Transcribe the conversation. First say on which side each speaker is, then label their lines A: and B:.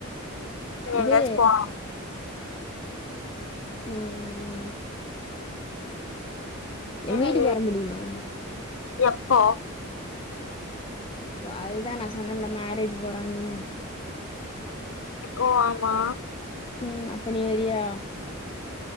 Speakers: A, on the left; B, on the left.
A: இது
B: எங்கயாச்சு போலா
A: ம் எங்க
B: என்னது
A: வீட்டுக்கு வர முடியுமா
B: எப்போ
A: இப்போ அதுதா நா சொன்னன்ல மேரேஜ் போறாங்கன்னு
B: ஓ ஆமா
A: உம் அப்ப நீ வர்றியா